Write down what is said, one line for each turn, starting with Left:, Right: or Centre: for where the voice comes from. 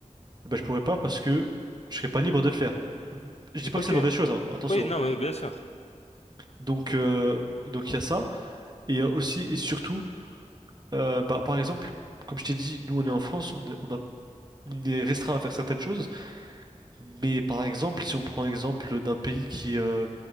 Right: Bah, je pourrais pas parce que je serais pas libre de le faire. Je dis pas
Left: ok.
Right: que c'est une mauvaise chose, hein, attention.
Left: Oui, non,
Right: hein.
Left: mais bien sûr.
Right: Donc, euh, donc il y a ça. Et il y a aussi et surtout, euh, bah, par exemple, comme je t'ai dit, nous on est en France, on est, on a- on est restreint à faire certaines choses. Mais par exemple, si on prend l'exemple d'un pays qui est euh,